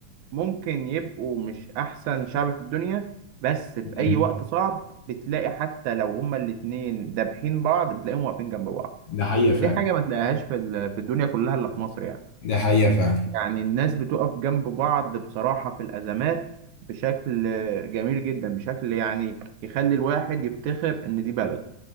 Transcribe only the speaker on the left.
مم.
ده حقيقة
فعلا
ده حقيقة فعلا